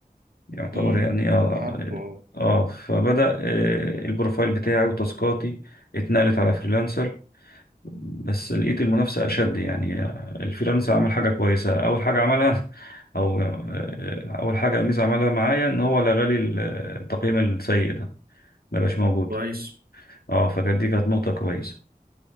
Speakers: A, on the left; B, on the right.
A: يعتبر
B: امم
A: يعني اه
B: عارفه
A: اه فبدأ آه، البروفايل بتاعي وتاسكاتي اتنقلت على فريلانسر بس لقيت المنافسة أشد يعني الفريلانسر عمل حاجة كويسة أول حاجة عملها <laughs> أو آه، أول حاجة ميزة عملها معايا إن هو لغى لي التقييم السيء ده مبقاش موجود
B: كويس
A: اه فكانت دي كانت نقطة كويسة